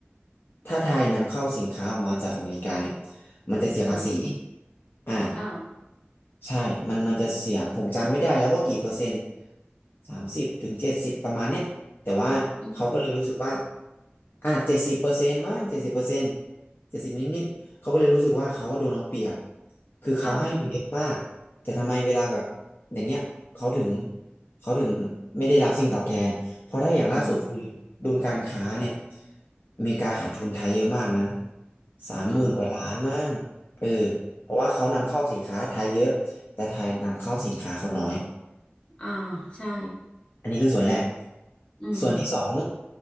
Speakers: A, on the left; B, on the left.
A: ถ้าไทยนำเข้าสินค้าออกมาจากอเมริกาเนี่ยมันจะเสียภาษี
B: อืม
A: อ่า
B: อ่า
A: ใช่มันมันจะเสียผมจำไม่ได้แล้วว่ากี่เปอร์เซ็นต์สามสิบถึงเจ็ดสิบประมาณเนี้ย แต่ว่าเขาก็เลยรู้สึกว่า
B: อืม
A: อ่ะเจ็ดสิบเปอร์เซ็นต์มั้งเจ็ดสิบเปอร์เซ็นต์เจ็ดสิบนิดๆเขาก็เลยรู้สึกว่าเขาว่าโดนเอาเปรียบ คือเขาให้มาเยอะมากแต่ทำไมเวลาแบบ
B: อ่า
A: อย่างเงี้ยเขาถึงเขาถึงไม่ได้รับสิ่งตอบแทนเพราะถ้าอย่างล่าสุดคือดุลการค้าเนี่ย
B: อืม
A: อเมริกาขาดทุนไทยเยอะมากนะสามหมื่นกว่าล้านมั้งเออ
B: อืม
A: เพราะว่าเขานำเข้าสินค้าไทยเยอะแต่ไทยนำเข้าสินค้าเขาน้อย
B: อ่าใช่
A: อันนี้คือส่วนแรก
B: อืม
A: ส่วนที่สอง